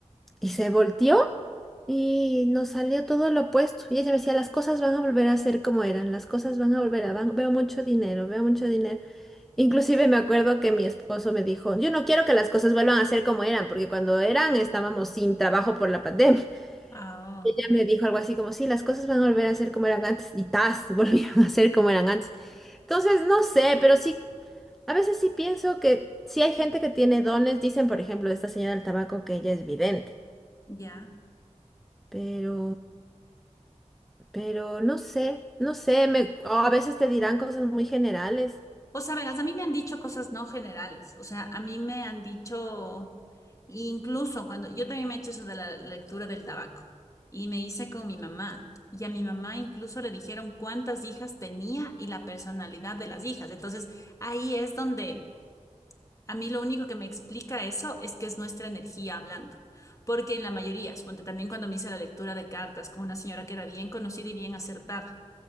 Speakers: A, in the centre; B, on the left (about 25°).
A: Y se volteó y nos salió todo lo opuesto. Y ella me decía, las cosas van a volver a ser como eran, las cosas van a volver a, van- veo mucho dinero, veo mucho dinero. Inclusive me acuerdo que mi esposo me dijo, yo no quiero que las cosas vuelvan a ser como eran, porque cuando eran estábamos sin trabajo por la pandemia. <laughs>
B: Ah,
A: Ella
B: oh,
A: me dijo algo así como, sí, las cosas van a volver a ser como eran antes. Y tas, <laughs> volvieron a ser como eran antes. Entonces, no sé, pero sí. A veces sí pienso que sí hay gente que tiene dones, dicen por ejemplo esta señora del tabaco que ella es vidente,
B: ya.
A: pero, pero no sé, no sé, me, o a veces te dirán cosas muy generales.
B: O sea, verás, a mí me han dicho cosas no generales. O sea, a mí me han dicho, incluso cuando yo también me he hecho eso de la lectura del tabaco y me hice con mi mamá. Y a mi mamá incluso le dijeron cuántas hijas tenía y la personalidad de las hijas. Entonces, ahí es donde... A mí lo único que me explica eso es que es nuestra energía hablando, porque en la mayoría, suponte también cuando me hice la lectura de cartas con una señora que era bien conocida y bien acertada,